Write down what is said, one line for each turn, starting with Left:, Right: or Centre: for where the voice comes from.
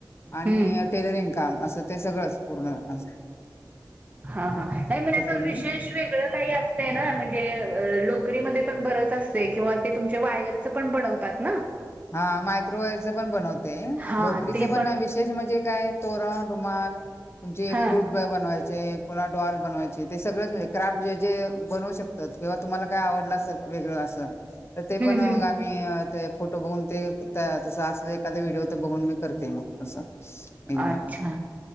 Left: आणि
Right: हम्म
Left: टेलरिंग काम असं ते सगळंच पूर्ण अस.
Right: हा हा नाही म्ह
Left: मी
Right: विशेष व काही अस ना म्हणजे लोकरी म पण बरच असते किंवा ते तुमचे वायर पण बनवतात ना?
Left: हा मायक्रोवेव्हच पण बनवते
Right: हा
Left: नोकरीच
Right: ते
Left: पण विेच म्हणजे काय तोरण, रुमाल तुमचे
Right: हा
Left: फ्रूट बनवायचे पुन्हा डॉल बनवायचे ते सगळेच म्हणजे क्राफ्ट जे जे बनवू शकते. किंवा तुम्हाला काय आवडलं असल वेगळं असं तर ते
Right: हम्म
Left: पण मग
Right: हम्म
Left: आम्ही ते फोटो बघून ते त्याचं असलं एखाद व्हिडिओ तर बघून मी करते म असं एकदाम
Right: अच्छा